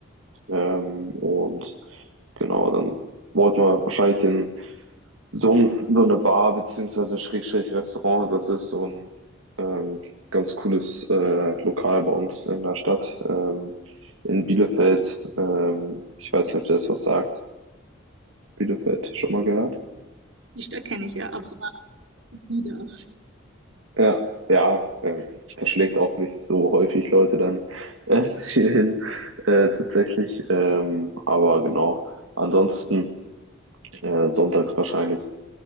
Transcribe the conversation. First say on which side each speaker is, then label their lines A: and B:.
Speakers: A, on the right (about 85°); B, on the right (about 65°).
A: Ähm, und genau, dann wollten wir wahrscheinlich in so, ein, so eine Bar beziehungsweise Schrägstrich Restaurant. Das ist so ein ähm, ganz cooles äh, Lokal bei uns in der Stadt, ähm, in Bielefeld. Ähm, ich weiß nicht, ob dir das was sagt. Bielefeld, schon mal gehört?
B: Die Stadt kenne ich ja, aber. Wieder.
A: Ja, ja, ähm, verschlägt auch nicht so häufig Leute dann <laughs> äh, hierhin äh, tatsächlich. Ähm, aber genau, ansonsten äh, sonntags wahrscheinlich